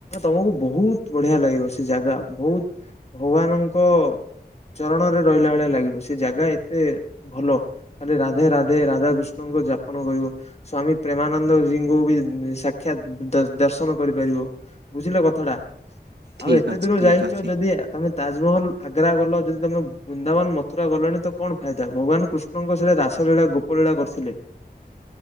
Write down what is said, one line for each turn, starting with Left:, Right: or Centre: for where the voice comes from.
Left: ତମକୁ ବହୁତ ବଢିଆ ଲାଗିବ ସେ ଜାଗା ବହୁତ ଭଗବାନଙ୍କ ଚରଣରେ ରହିଲା ଭଳିଆ ଲାଗିବ ସେ ଜାଗା ଏତେ ଭଲ ଖାଲି ରାଧେ ରାଧେ ରାଧାକୃଷ୍ଣଙ୍କ ଯାପନ କରିବ ସ୍ଵାମୀ ପ୍ରେମାନନ୍ଦ ଜୀଙ୍କୁ ବି ସାକ୍ଷାତ ଦର୍ଶନ କର ପାରିବ ବୁଝିଲ କଥାଟା
Right: ଠିକ୍
Left: ଆଉ ଏତେ
Right: ଅଛି
Left: ଦୂର
Right: ଠିକ୍
Left: ଯାଇଛ
Right: ଅଛି
Left: ଯଦି ତମେ ତାଜମହଲ ଆଗ୍ରା ଗଲ ଯଦି ତମେ ବୃନ୍ଦାବନ ମଥୁରା ଗଲଣି ତ କଣ ଫାଇଦା ଭଗବାନ କୃଷ୍ଣ ଆପଣଙ୍କ ସରେ ରାସଲୀଳା ଗୋପଲୀଳା କରିଥିଲେ